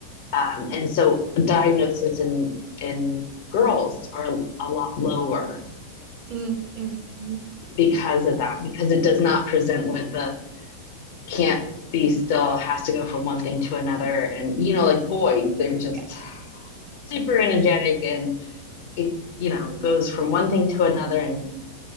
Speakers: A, on the left; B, on the right.
A: um, and so diagnosis in in girls are a lot lower
B: mm, mhm,
A: because of that because it does not present with the can't be still has to go from one thing to another and you know like boys they're just
B: Yeah.
A: super energetic and it you know goes from one thing to another and